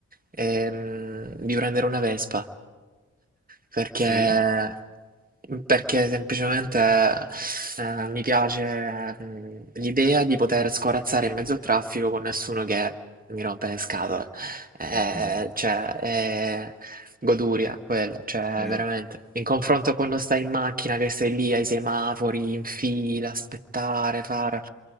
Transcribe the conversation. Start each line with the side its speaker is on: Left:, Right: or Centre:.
Right: ehm, di prendere una Vespa, perché,
Centre: Sì,
Right: perché semplicemente eh, mi piace mm, l'idea di poter scorazzare in mezzo al traffico con nessuno che mi rompe le scatole. Eh,
Centre: ho capito.
Right: cioè, è goduria quello, cioè
Centre: Vero.
Right: veramente. In confronto a quando stai in macchina, che stai lì ai semafori, in fila, aspettare, fare...